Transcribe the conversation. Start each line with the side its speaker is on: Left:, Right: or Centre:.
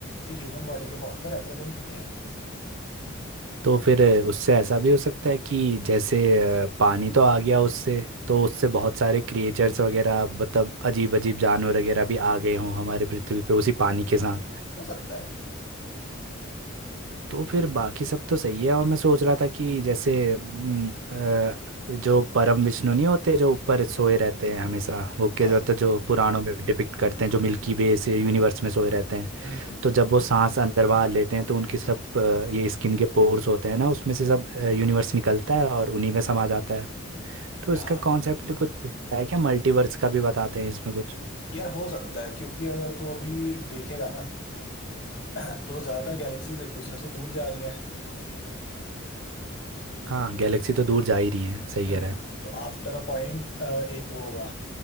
Left: एक ह्यूमन बॉडी के फॉर्म पर रिप्रेजेंट किया है
Right: तो फिर अ, उससे ऐसा भी हो सकता है कि जैसे अ, पानी तो आ गया उससे तो उससे बहुत सारे क्रिएचर्स वगैरह मतलब अजीब अजीब जानवर वगैरह भी आ गए हों हमारे पृथ्वी पे उसी पानी के साथ
Left: हो सकता है
Right: तो फिर बाकी सब तो सही है और मैं सोच रहा था कि जैसे हम्म, अ, जो परम विष्णु नहीं होते जो ऊपर सोए रहते हैं हमेशा होके
Left: हाँ
Right: जो होते जो पुराणों में डिपिक्ट करते हैं जो मिल्की वे से यूनिवर्स में सोए रहते हैं
Left: हम्म
Right: तो जब वो सांस अंदर बाहर लेते हैं तो उनकी सब अ, ये स्किन के पोर्स होते हैं ना उसमें से सब यूनिवर्स निकलता है और उन्हीं में समा जाता है तो
Left: हाँ
Right: इसका कॉन्सेप्ट कुछ है क्या मल्टीवर्स का भी बताते हैं इसमें कुछ
Left: यार हो सकता है क्योंकि अगर तू अभी देखेगा ना <clears throat> तो ज्यादातर गैलेक्सीज एक दूसरे से दूर जा रही हैं
Right: हाँ गैलेक्सी तो दूर जा ही रही है सही
Left: हम्म
Right: कह रहे हैं
Left: तो आफ्टर अ पॉइंट एक वो होगा